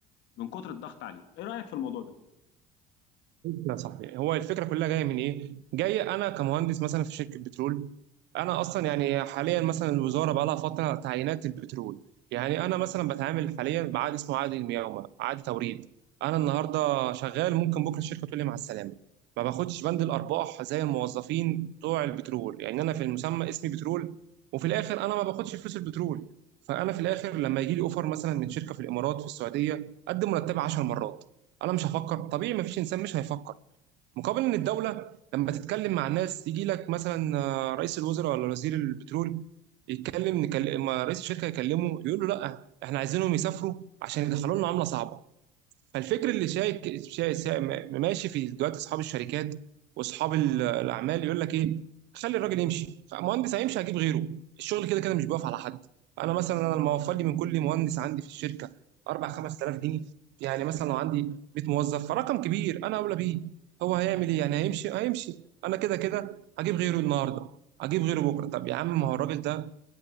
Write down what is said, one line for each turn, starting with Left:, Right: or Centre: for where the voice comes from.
Left: من كتر الضغط عليهم ايه رايك في الموضوع ده
Right: لا صح هو الفكره كلها جايه من ايه؟ جاي انا كمهندس مثلا في شركه بترول انا اصلا يعني حاليا مثلا الوزاره بقى لها فتره تعيينات البترول يعني انا مثلا بتعامل حاليا بعقد اسمه عقد المقاومه عقد توريد انا النهارده شغال ممكن بكره الشركه تقول لي مع السلامه ما باخدش بند الارباح زي الموظفين بتوع البترول يعني انا في المسمى اسمي بترول وفي الاخر انا ما باخدش فلوس البترول فانا في الاخر لما يجي لي اوفر مثلا من شركه في الامارات في السعوديه قد مرتبي 10 مرات انا مش هفكر طبيعي مفيش انسان مش هيفكر مقابل ان الدوله لما تتكلم مع الناس يجي لك مثلا آه، رئيس الوزراء ولا وزير البترول يتكلم نكلم ما رئيس الشركه يكلمه يقول له لا احنا عايزينهم يسافروا عشان يدخلوا لنا عمله صعبه فالفكر اللي شايك شاي شاي- ماشي في دلوقتي اصحاب الشركات واصحاب ال- الاعمال يقول لك ايه خلي الراجل يمشي مهندس هيمشي هجيب غيره الشغل كده كده مش بيقف على حد انا مثلا انا لما اوفر لي من كل مهندس عندي في الشركه 4 5000 جنيه يعني مثلا لو عندي 100 موظف فرقم كبير انا اولى بيه هو هيعمل ايه يعني هيمشي هيمشي انا كده كده هجيب غيره النهارده هجيب غيره بكره طب يا عم ما هو الراجل ده